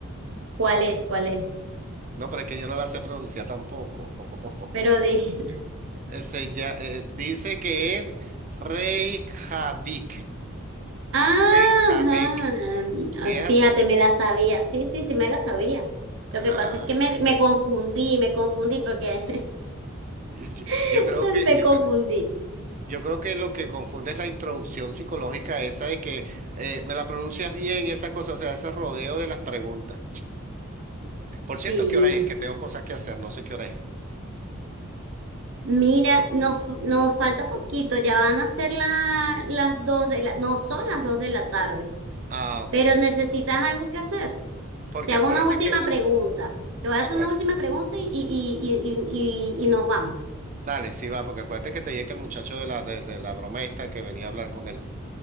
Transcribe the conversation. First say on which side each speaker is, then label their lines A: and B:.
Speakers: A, on the right; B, on the right.
A: ¿cuál es? ¿Cuál es?
B: No, pero es que yo no la sé pronunciar tampoco. <laughs>
A: Pero de... <laughs>
B: Ese ya, eh, dice que es Reykjavik.
A: Ajá.
B: Reykjavik. ¿Sí es así?
A: Fíjate, me la sabía. Sí, sí, sí, me la sabía. Lo
B: Ah,
A: que pasa es que me, me confundí, me confundí porque
B: y- y-
A: <laughs>
B: yo creo que
A: me
B: yo,
A: confundí.
B: cre- yo creo que lo que confunde es la introducción psicológica esa de que eh, me la pronuncias bien y esa cosa, o sea, ese rodeo de las preguntas. Por cierto,
A: Sí,
B: ¿qué hora es? Que tengo cosas que hacer, no sé qué hora es.
A: Mira, nos, nos falta poquito, ya van a ser la- las dos de la, no son las dos de la tarde,
B: Ah, ok.
A: pero necesitas algo que hacer.
B: Porque
A: Te hago
B: acuérdate
A: una última
B: que a-
A: pregunta. Te voy a
B: acuérdate-
A: hacer una última pregunta y, y, y, y, y, y nos vamos.
B: dale, sí va, porque acuérdate que te dije que el muchacho de la de, de la broma esta que venía a hablar con él.